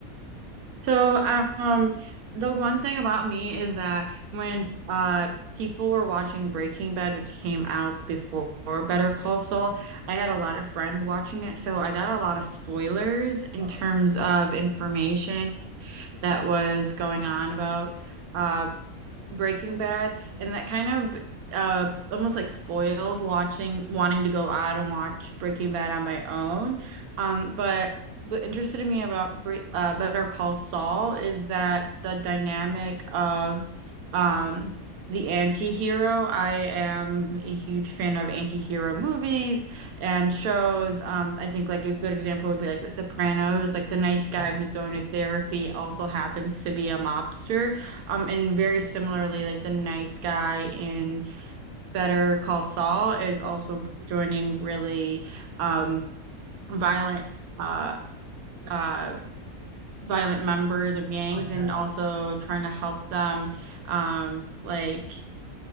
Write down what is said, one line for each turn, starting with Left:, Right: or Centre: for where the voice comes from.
Right: So, um, the one thing about me is that when uh people were watching Breaking Bad, which came out before Better Call Saul, I had a lot of friends watching it, so I got a lot of spoilers in
Left: not?
Right: terms of information that was going on about uh Breaking Bad, and that kind of uh almost like spoiled watching wanting to go out and watch Breaking Bad on my own. Um, but what interested me about Bre uh, Better Call Saul is that the dynamic of um the anti-hero. I am a huge fan of anti-hero movies and shows. Um, I think like a good example would be like The Sopranos, like the nice guy
Left: Uh, uh
Right: who's going to therapy also happens to be a mobster. Um, and very similarly, like The Nice Guy in Better Call Saul is also joining really um violent uh uh violent members of gangs
Left: cartels,
Right: and also
Left: yeah,
Right: trying to help them um like